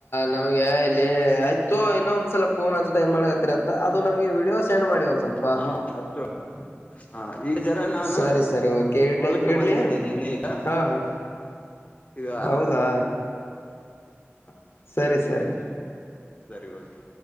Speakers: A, on the left; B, on the left.
A: ನಮ್ಗೆ ಇಲ್ಲಿ ಆಯ್ತೋ ಇನ್ನೊ ಒಂದ್ಸಲ ಫೋನ್ ಹಚ್ಚ ಏನ್ ಮಾಡಕತ್ತೀರ ಅಂತ ಅದು ನಮ್ಗೆ ವಿಡಿಯೋ ಸೆಂಡ್ ಮಾಡಿ ಒಂದ ಸ್ವಲ್ಪ
B: ಹ ಅಷ್ಟು ಹ ಈಗ ಜರ ನಾನು
A: ಸರಿ ಸರಿ ಓಕೆ ಇಡ್ಲಿ
B: ಹೊಲಕ್ಕೆ
A: ಇಡ್ಲೀ
B: ಬಂದಿದ್ದೇನೆ ಈಗ
A: ಹಾ ಹಾ
B: ಈಗ
A: ಹೌದಾ
B: ಹ
A: ಸರಿ ಸರಿ
B: ಸರಿ ಓಕೆ